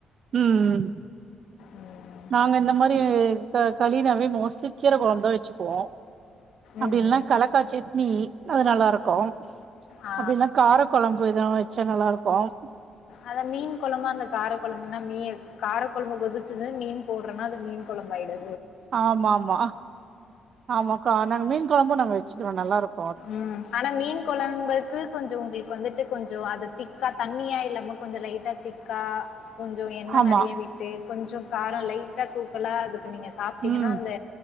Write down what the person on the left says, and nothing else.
ம்.
ம்,
ம்.
ஆ.
அத மீன் குழம்ப அந்த காரக்குழம்புனா மீ காரக்குழம்பு கொதிச்சது மீன் போடுறேன்னா அது மீன் குழம்பு ஆயிடு
உம் ஆனா மீன் குழபக்கு கொஞ்சம் உங்களுக்கு வந்துட்டு கொஞ்சம் அத திக்கா தண்ணியா இல்லாம கொஞ்ச லைட்டா திக்கா கொஞ்ச எண்ணெ
நெறய வீட்டு கொஞ்சம் காரம் லைட்டா தூக்கலா அது இப்ப நீங்க சாப்பிட்டீங்கன்னா
அந்த